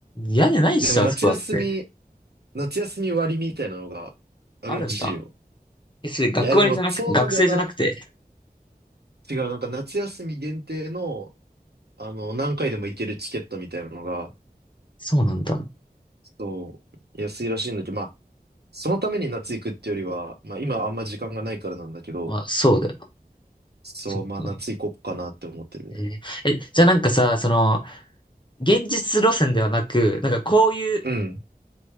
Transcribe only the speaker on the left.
屋根ないっしょ、
あそこだって。
あるんだ。え、それ学割じゃなく、
学生じゃなくて。
そうなんだ。
まあそうだよな。
そっか。
えーえ、じゃあなんかさ、その、現実路線ではなく、なんかこういう、